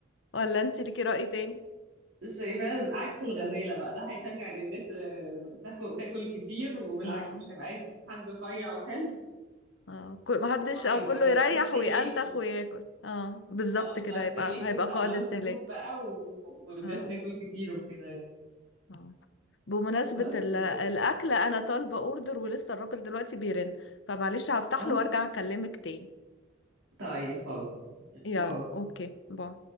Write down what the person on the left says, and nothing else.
ولا انت ليكي رأي تاني
اه
اه كل-
ما حدش
اه كله
يريح
وينتخ وياكل اه بالظبط
كده
هيبقى هيبقى
قائد
استهلاك
اه
اه بمناسبة
ال-
الأكل أنا طالبة أوردر ولسه الراجل دلوقتي بيرن فمعلش هفتح
له وأرجع أكلمك تاني
يلا
أوكي باي